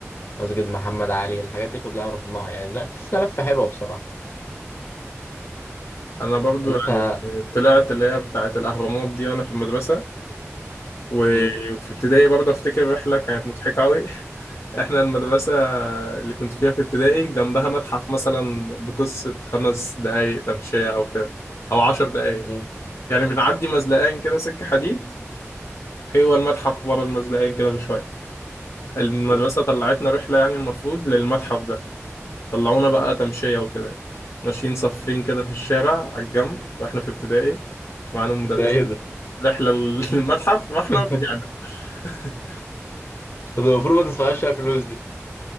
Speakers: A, on the left; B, on the left.
A: مسجد محمد علي الحاجات دي كلها رحناها يعني لفنا لفة حلوة بصراحة
B: أنا برضه
A: أنت
B: يعني طلعت اللي هي بتاعة الأهرامات دي وأنا في المدرسة و-
A: مم.
B: وفي ابتدائي برضه أفتكر رحلة كانت مضحكة أوي احنا المدرسة اللي كنت فيها في ابتدائي جنبها متحف مثلا بقصة خمس دقايق تمشية أو كده أو عشر دقايق
A: مم.
B: يعني بنعدي مزلقين كده سكة حديد هو المتحف ورا المزلقين كده بشوية المدرسة
A: مم.
B: طلعتنا رحلة يعني المفروض للمتحف ده طلعونا بقى تمشية وكده ماشيين صفين كده في الشارع على الجنب واحنا في ابتدائي معانا مدرسين
A: ده إيه ده؟
B: رحلة للمتحف واحنا
A: <laughs>
B: رجعنا <laughs>
A: طب المفروض ما تدفعش فيها فلوس دي